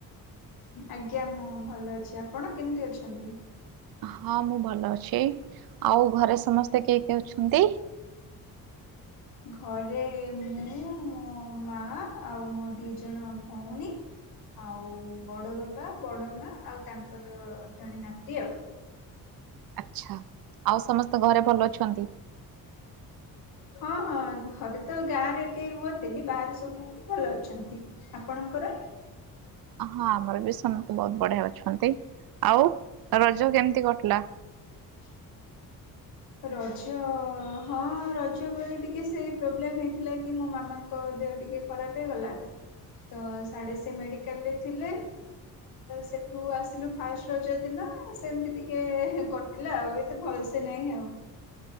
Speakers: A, on the left (about 75°); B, on the right (about 75°).
A: ଆଜ୍ଞା ମୁଁ ଭଲ ଅଛି। ଆପଣ କେମିତି ଅଛନ୍ତି?
B: ହଁ ମୁଁ ଭଲ ଅଛି। ଆଉ ଘରେ ସମସ୍ତେ କିଏ କିଏ ଅଛନ୍ତି?
A: ଘରେ ମୁଁ ମୋ ମା ଆଉ ମୋ ଦି ଜଣ ଭଉଣୀ ଆଉ ବଡ ବାପା ବଡ ମା ଆଉ ତାଙ୍କର ଜଣେ ନାତି ଆଉ
B: ଆଛା ଆଉ ସମସ୍ତେ ଘରେ ଭଲ ଅଛନ୍ତି? <inaudible>
A: ହଁ ହଁ ଘରେ ତ ଗାଁରେ କେହି ରୁହନ୍ତିନି। ବାହାରେ ସବୁ ଭଲ ଅଛନ୍ତି। ଆପଣଙ୍କର?
B: ହଁ ଆମର ବି ସମସ୍ତେ ବହୁତ ବଢିଆ ଅଛନ୍ତି। ଆଉ ରଜ କେମିତି କଟିଲା?
A: <inaudible> ରଜ ହଁ ରଜବେଳେ ଟିକେ ସେଇ ପ୍ରୋବ୍ଲେମ ହେଇଥିଲା କି ମୋ ମାମାଙ୍କ ଦେହ ଟିକେ ଖରାପ ହେଇଗଲା।
B: <inaudible>
A: ତ ସାଢେ ସେ ମେଡିକାଲ ରେ ଥିଲେ। ସେଠୁ ଆସିଲୁ ଫାଷ୍ଟ ରଜ ଦିନ ସେମିତି ଟିକେ କଟିଲା ଆଉ ଏତେ ଭଲସେ ନାଇଁ ଆଉ